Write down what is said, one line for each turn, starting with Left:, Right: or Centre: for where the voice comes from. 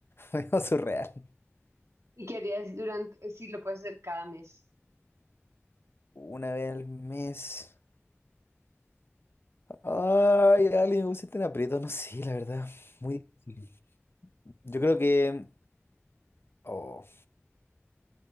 Left: medio surreal.
Right: Y que harías durante, sí, lo puedes hacer cada mes.
Left: Una vez al mes... Ay, alguien me pusiste en aprieto, no sé, la verdad. Muy difícil. Yo creo que. Oh,